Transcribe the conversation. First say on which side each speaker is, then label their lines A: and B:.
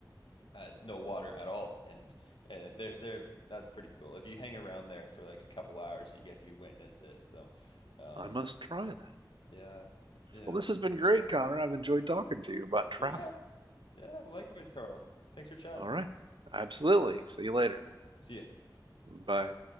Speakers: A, on the left; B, on the right.
A: uh, no water at all, and uh, they're they're that's pretty cool. If you hang around there for like a couple hours, you get to witness it. So, um,
B: I must try that.
A: yeah, yeah.
B: Well, this has been great, Connor. I've enjoyed talking to you about travel.
A: Yeah, Yeah, likewise, Carl. Thanks for chatting.
B: All right. Absolutely. See you later.
A: See ya.
B: Bye.